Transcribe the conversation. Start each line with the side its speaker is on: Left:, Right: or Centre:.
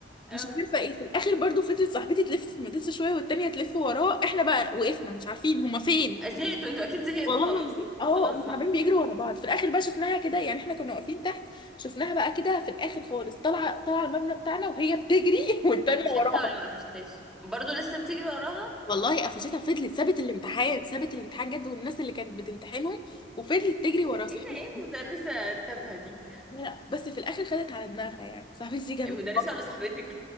Centre: اه
Left: مش عارفه ايه في الاخر برضو فضلت صاحبتي تلف في المدرسه شويه والتانيه تلف وراه احنا بقى وقفنا مش عارفين هما فين
Centre: زهقتوا انتوا اكيد زهقتوا
Left: والله
Centre: خلاص
Left: العظيم اه
Centre: خلاص
Left: هم
Centre: بقى
Left: عمالين بيجروا ورا بعض في الاخر بقى شفناها كده يعني احنا كنا واقفين تحت شفناها بقى كده في الاخر خالص طالعه طالعه المبنى بتاعنا وهي بتجري <laughs> والتانيه
Centre: قفشتها
Left: وراها
Centre: ولا ما قفشتهاش برضه لسه بتجري وراها
Left: والله قفشتها فضلت سابت الامتحان سابت الامتحان جد والناس اللي كانت بتمتحنهم وفضلت تجري ورا صاحبتي
Centre: ايه ده ايه المدرسة التافهة دي
Left: لا لا، بس في الاخر خدت على دماغها يعني صاحبتي دي جابت
Centre: المدرسة ولا صاحبتك